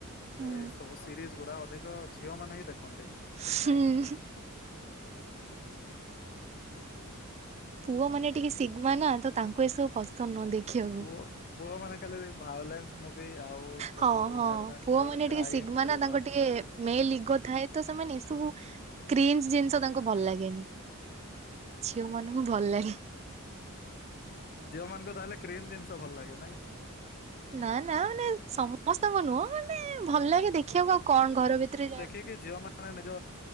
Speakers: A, on the right; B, on the left.
A: ହୁଁ
B: ଏଇ ସବୁ ସିରିଜ ଗୁଡା ଅଧିକ ଝିଅ ମାନେ ହିଁ ଦେଖନ୍ତି।
A: ହୁଁ
B: କାହିଁକି
A: <unintelligible>
B: <inaudible>
A: ପୁଅ ମାନେ ଟିକେ ଶିଘ୍ମା ନା ତ ତାଙ୍କୁ ଏସବୁ ପସନ୍ଦ ତ ନ ଦେଖିବାକୁ
B: ପୁଅ ପୁଅ ମାନେ କେବେ ବି ଭଉଳେନ୍ସ ମୁଭି ଆଉ ସବୁ
A: ହଁ ହଁ
B: ଆଡଭେଞ୍ଚର
A: ପୁଅ ମାନେ
B: କ୍ରାଇମ
A: ଟିକେ ଶିଗ୍ମା
B: ଥ୍ରିଲର
A: ନା ତାଙ୍କର ଟିକେ ମେଲ୍ ଇଗୋ ଥାଏ ତ ସେମାନେ ଏ ସବୁ କ୍ରିନସ୍ ଜିନିଷ ତାଙ୍କୁ ଭଲ ଲାଗେନି। ଝିଅ ମାନଙ୍କୁ ଭଲ ଲାଗେ।
B: ଝିଅମାନଙ୍କ ତାହଲେ କ୍ରିମ ଜିନିଷ ଭଲ ଲାଗେ, ନାଇଁ?
A: ନା ନା ମାନେ ସମସ୍ତଙ୍କୁ ନୁହଁ ମାନେ ଭଲ ଲାଗେ ଦେଖିବାକୁ ଆଉ କଣ ଘର ଭିତରେ ଯା
B: ଝିଅମାନ େ